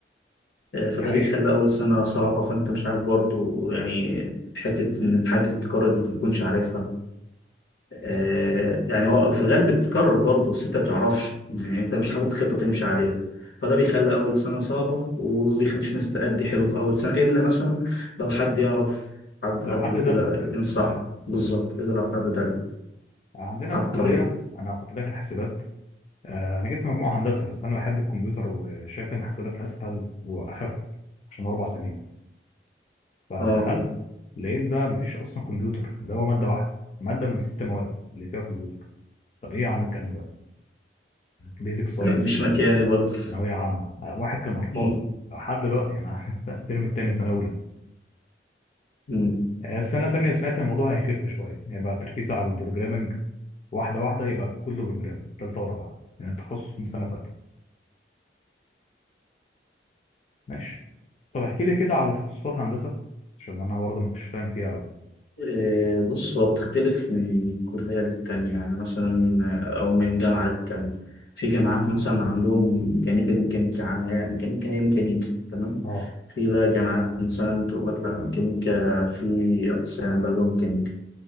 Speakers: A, on the left; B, on the left.
A: آه، فده
B: دي حقيقة
A: بيخلي اول سنه صعبه فانت مش عارف برضو يعني حته ان الامتحان دي ما بتكونش عارفها آه، يعني هو في الغالب بتتكرر برضه بس انت ما بتعرفش يعني انت مش حاطط خطه تمشي عليها فده بيخلي اول سنه صعبه وبيخليش الناس تأدي حلو في اول سنه الا مثلا لو حد يعرف حد
B: لو
A: قبله
B: حد دلك
A: كده ينصح بالظبط الا لو حد دل
B: عندنا
A: على
B: في الكلية
A: الطريق
B: أنا كنت داخل حاسبات آه أنا جبت مجموعة هندسة بس أنا بحب الكمبيوتر وشايف إن حاسبات أسهل وأخف عشان أربع سنين فدخلت
A: اه <laughs> فاهم.
B: لقيت بقى مفيش أصلا كمبيوتر ده هو مادة واحدة مادة من ست مواد اللي فيها كمبيوتر طب إيه يا عم الكلام ده بيزك ساينس
A: مش مكاني برضه
B: وثانويه عامه آه، واحد كان ارقام
A: <laughs>
B: لحد دلوقتي انا <laughs> الترم التاني سنه اولى
A: مم.
B: آه، السنه التانيه سمعت الموضوع هيخف شويه هيبقى تركيز على البروجرامنج واحده واحده يبقى كله بروجرامنج تالته ورابعه يعني التخصص من سنه تالته ماشي طب احكي لي كده على تخصصات هندسه عشان انا برضه ما كنتش فاهم فيها قوي
A: إيه، بص هو بتختلف من كلية للتانية يعني مثلا آه، أو من جامعة للتانية في جامعات مثلا عندهم ميكانيكا دي ميكانيكا عامة ميكانيكا هي ميكانيكا تمام
B: اه
A: في بقى جامعات مثلا تقول لك لا ميكانيكا في أقسام بقى جوه ميكانيكا